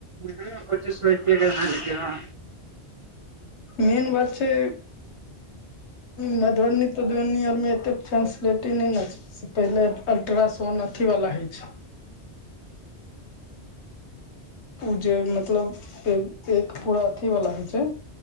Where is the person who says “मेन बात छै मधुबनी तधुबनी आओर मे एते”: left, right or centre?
Left